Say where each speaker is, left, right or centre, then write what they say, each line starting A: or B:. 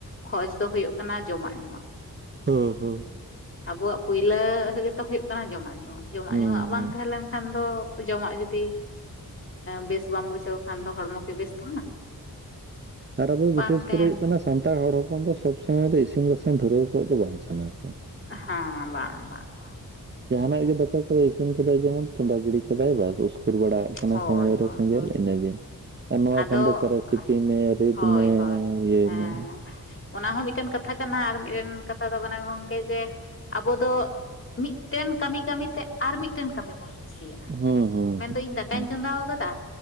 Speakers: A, on the left (about 35°); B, on the right (about 30°).
A: ᱠᱷᱚᱡ ᱫᱚ ᱦᱩᱭᱩᱜ ᱠᱟᱱᱟ ᱡᱚᱢᱟᱜ ᱧᱩᱣᱟᱜ᱾
B: ᱦᱩᱸ ᱦᱩᱸ ᱾
A: ᱟᱵᱚᱣᱟᱜ ᱯᱩᱭᱞᱟᱹ ᱜᱮᱛᱚ ᱦᱩᱭᱩᱜ ᱠᱟᱱᱟ ᱡᱚᱢᱟᱜ ᱧᱩᱣᱟᱜ, ᱡᱚᱢᱟᱜ
B: ᱦᱩᱸ
A: ᱧᱩᱣᱟᱜ ᱵᱟᱝ
B: ᱦᱩᱸ
A: ᱛᱟᱦᱮᱸ ᱞᱮᱱᱠᱷᱟᱱ ᱫᱚ ᱡᱚᱢᱟᱜ ᱡᱩᱫᱤ ᱵᱮᱥ ᱵᱟᱢ ᱵᱩᱡᱷᱟᱹᱣ ᱠᱷᱟᱱ ᱫᱚ ᱦᱚᱲᱢᱚ ᱠᱤ ᱵᱮᱥ ᱛᱟᱦᱮᱱᱟ?
B: ᱟᱨ ᱟᱵᱚ
A: ᱵᱟᱝ
B: ᱵᱤᱥᱮᱥ
A: ᱛᱟᱦᱮᱱᱟ
B: ᱠᱚᱨᱮ ᱦᱩᱭᱩᱜ ᱠᱟᱱᱟ ᱥᱟᱱᱛᱟᱲ ᱦᱚᱲ ᱦᱚᱯᱚᱱ ᱫᱚ ᱥᱚᱵᱽ ᱥᱚᱢᱚᱭ ᱫᱚ ᱤᱥᱤᱱ ᱵᱟᱥᱟᱝ ᱫᱷᱩᱨᱟᱹᱣ ᱠᱚᱜ ᱫᱚ ᱵᱟᱝ ᱥᱟᱱᱟ ᱠᱚᱣᱟ᱾
A: ᱦᱮᱸ ᱵᱟᱝ ᱵᱟᱝ ᱾
B: ᱡᱟᱦᱟᱱᱟᱜ ᱜᱮ ᱫᱟᱠᱟ ᱠᱚ ᱤᱥᱤᱱ ᱠᱚᱫᱚ ᱡᱮᱢᱚᱱ ᱪᱚᱸᱫᱟ ᱜᱤᱬᱤ ᱠᱟᱫᱟᱭ ᱵᱟᱥ ᱩᱥᱠᱩᱨ ᱵᱟᱲᱟ ᱭᱟᱜ ᱠᱟᱱᱟ
A: ᱦᱳᱭ
B: ᱥᱚᱢᱚᱭ
A: ᱦᱳᱭ
B: ᱨᱮ ᱥᱮᱸᱜᱮᱞ
A: ᱦᱳᱭ
B: ᱤᱱᱟᱹᱜᱮ᱾ ᱟᱨ ᱱᱚᱣᱟ
A: ᱟᱫᱚ
B: ᱠᱷᱟᱱ ᱫᱚ ᱚᱠᱟᱨᱮ ᱥᱤᱯᱤ ᱢᱮ ᱨᱤᱫ
A: ᱦᱳᱭ
B: ᱢᱮ
A: ᱦᱳᱭ
B: ᱤᱭᱟᱹᱭ
A: ᱦᱮᱸ
B: ᱢᱮ
A: ᱚᱱᱟ ᱦᱚᱸ ᱢᱤᱫᱴᱮᱱ ᱠᱟᱛᱷᱟ ᱠᱟᱱᱟ ᱟᱨ ᱢᱤᱫᱴᱮᱱ ᱠᱟᱛᱷᱟ ᱫᱚ ᱠᱟᱱᱟ ᱜᱚᱝᱠᱮ ᱡᱮ ᱟᱵᱚ ᱫᱚ ᱢᱤᱫᱴᱮᱱ ᱠᱟᱹᱢᱤ ᱠᱟᱹᱢᱤ ᱛᱮ ᱟᱨ ᱢᱤᱫᱴᱮᱱ ᱠᱟᱹᱢᱤ ᱵᱚᱱ ᱠᱩᱥᱤᱭᱟᱜᱼᱟ,
B: ᱦᱩᱸ ᱦᱩᱸ
A: ᱢᱮᱱ ᱫᱚ ᱤᱧ ᱫᱟᱠᱟᱹᱧ
B: ᱦᱩᱸ
A: ᱪᱚᱸᱫᱟᱣ ᱠᱟᱫᱟ,